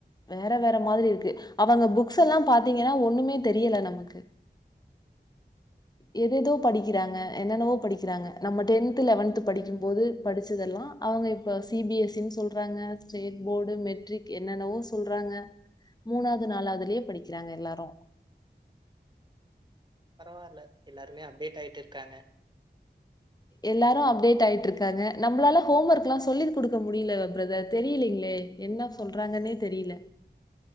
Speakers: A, on the left; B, on the right.
A: வேற வேற மாதிரி இருக்கு அவுங்க புக்ஸ் எல்லாம் பாத்தீங்கன்னா ஒண்ணுமே தெரியல நமக்கு எதேதோ படிக்கிறாங்க என்னென்னவோ படிக்கிறாங்க நம்ம டென்த்து லெவன்த்து படிக்கும்போது படிச்சதெல்லா அவுங்க இப்ப சிபிஎஸ்சின்னு சொல்றாங்க ஸ்டேட் போர்டு மெட்ரிக் என்னென்னவோ சொல்றாங்க மூணாது நாலாவதுலயே படிக்கிறாங்க எல்லாரும்
B: பரவாயில்ல எல்லாருமே அப்டேட் ஆயிட்டு இருக்காங்க
A: எல்லாரும் அப்டேட் ஆயிட்டு இருக்காங்க நம்மளால ஹோம் ஒர்க்லா சொல்லி குடுக்க முடியல பிரதர் தெரியலைங்களே என்ன சொல்றாங்கன்னே தெரியல